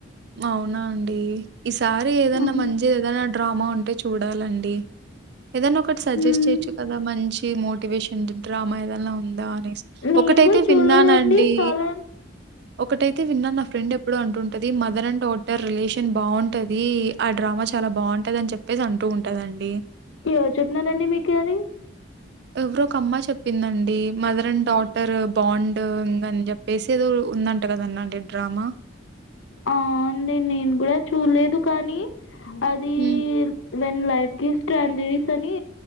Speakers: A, on the right; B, on the left.
A: అవునా అండి ఈసారి ఏదన్నా
B: అవును
A: మంచి ఏదన్నా డ్రామా ఉంటే చూడాలండి ఏదనా ఒకటి సజెస్ట్
B: హ్మ్
A: చేయచ్చు కదా మంచి మోటివేషన్ డ్రామా ఏదన్న అలా ఉందా అనేసి
B: నేను
A: ఒకటైతే
B: కూడా చూడలేదండి
A: విన్నానండి
B: కాలా
A: ఒకటైతే విన్నా నా ఫ్రెండ్ ఎప్పుడు అంటుంటది మదర్ అండ్ డాటర్ రిలేషన్ బాగుంటది ఆ డ్రామా చాలా బాగుంటది అని చెప్పేసి అంటూ ఉంటుందండి
B: ఎవరు చెప్పినారండి మీకు అది
A: ఎవరో ఒక అమ్మాయి చెప్పిందండి mother and daughter bond ఇంని చెప్పేసి ఏదో ఉందంట కదన్నండి డ్రామా
B: అ అండి నేను కూడా చూడలేదు కానీ అది
A: హ్మ్.
B: వెన్ లైఫ్ గివ్స్ స్టాండరీస్ అని